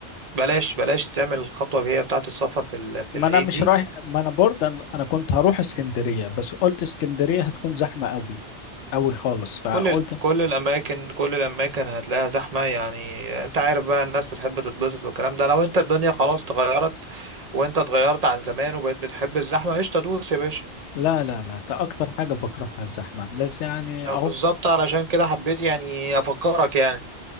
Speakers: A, on the right; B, on the left.
A: بلاش بلاش تعمل الخطوه هي بتاعه السفر في ال- في
B: ما
A: العيد
B: انا مش
A: دي
B: رايح ما انا برضه انا أنا كنت هروح اسكندرية بس قلت اسكندرية هتكون زحمة قوي قوي خالص فقلت
A: كل ال- كل الاماكن كل الاماكن هتلاقيها زحمه يعني انت عارف بقى الناس بتحب تتبسط والكلام ده لو انت الدنيا خلاص اتغيرت وانت اتغيرت عن زمان وبقيت بتحب الزحمه قشطه دوس يا باشا
B: لا لا لا ده اكتر حاجة بكرهها الزحمة بس يعني اهو
A: بالظبط علشان كده حبيت يعني افكرك يعني